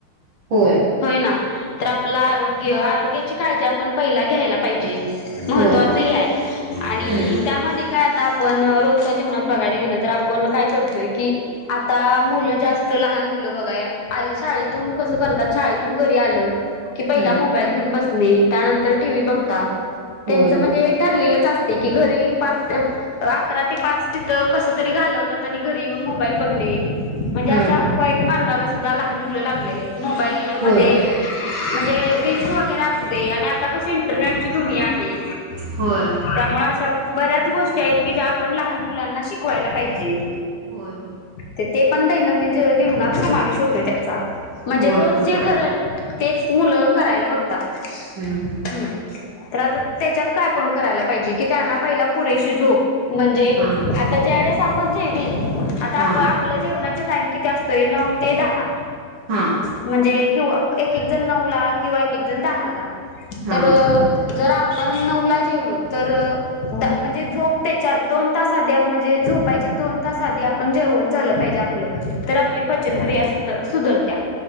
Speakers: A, on the right; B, on the left.
A: हो
B: होय ना तर आपलं आरोग्य आरोग्याची काळजी आपण पहिला घ्यायला पाहिजे म्हणजे महत्
A: होय
B: त्वाच हे आहे आणि
A: हम्म
B: त्यामध्ये काय पण रोजच्या जीवत बघायला गेलं तर आपण काय करतोय की आता मुलं जास्त लहान मुलं बघा या आणि शाळेतून कस करतात शाळेतून घरी आलं की पहिला
A: हा
B: मोबाईल घेऊन बसणे त्यानंतर टीव्ही बघतात त्यांचं
A: होय
B: म्हणजे हे ठरलेलंच असत कि घरी पाच ते अकरा ते पाच तिथं कस तरी घालवतात आणि घरी येऊन मोबाईल बघणे म्हणजे
A: हा
B: अशा वाईट मार्गाला सुद्धा लहान मुलं लागलेले आहेत मोबाईल
A: होय
B: मध्ये म्हणजे रीलस वगैरे असू दे आणि आता कशी इंटरनेटची दुनिया आहे
A: होय
B: त्यामुळ अशा बऱ्याच गोष्टी आहेत की ज्या आपण लहान मुलांना शिकवायला पाहिजे
A: होय होय
B: तर ते पण दैनंदिन ज.. जीवनात समावेश होतोय त्याचा म्हणजे
A: होय
B: रोज
A: बरोबर
B: जे करल
A: आहे की
B: तेच मुलं करायला बघतात
A: हम्म हम्म
B: हम् तर आता त्याच्यात काय आपण करायला पाहिजे की त्यांना पहिला पुरेशी झोप म्हणजे
A: हा
B: आता ज्या वेळेस आपण जेवील आता आप
A: हा
B: आपलं जेवणाच टाईम किती असतोय नऊ ते दहा
A: हा
B: म्हणजे किंवा काय एकएकदा जन नऊला किंवा एक एकजन दहाला
A: हा
B: तर जर आप पण नऊला जेवलो तर दा म्हणजे झोप त्याच्या दोन तास आधी म्हणजे झोपायच्या दोन तास आधी आपण जेवण झालं पाहिजे आपलं तर आप ली पचनक्रिया सुध. सुधरत्या